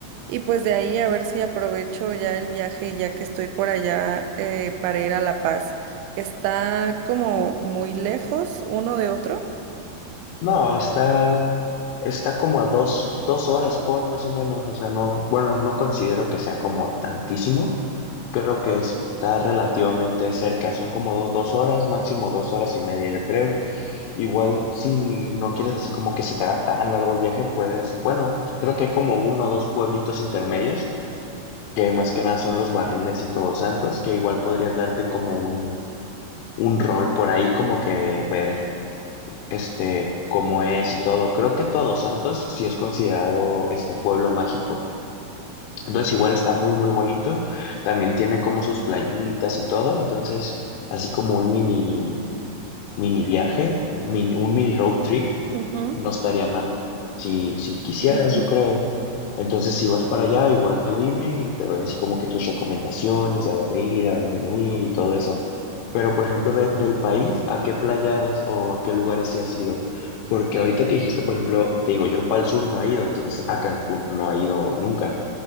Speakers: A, on the right; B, on the left.
A: Y pues de ahí a ver si aprovecho ya el viaje, ya que estoy por allá, eh, para ir a La Paz. Está como muy lejos uno de otro.
B: No, está, está como a dos, dos horas por más o menos. O sea, no, bueno, no considero que sea como tantísimo. Creo que está relativamente cerca. Son como do- dos horas, máximo dos horas y media, yo creo. Igual, si no quieres así como que se te haga tan largo el viaje, puedes, bueno, creo que hay como uno o dos pueblitos intermedios, que más que nada son los Barriles y Todos Santos, que igual podrías darte como un, un rol por ahí, como que ver este cómo es y todo. Creo que Todos Santos sí es considerado este pueblo mágico. Entonces igual está muy muy bonito, también tiene como sus playitas y todo, entonces así como un mini mini viaje, mini- un mini road trip
A: Ujú.
B: No estaría mal si, si quisieras,
A: <clears throat>
B: yo creo. Entonces, si vas para allá, igual tú dime y te doy así como que tus recomendaciones de a dónde ir, a dónde no ir y todo eso. Pero, por ejemplo, de- del país, ¿a qué playas o a qué lugares sí has ido? Porque ahorita que dijiste, por ejemplo, te digo, yo para el sur no he ido, entonces a Cancún no he ido nunca.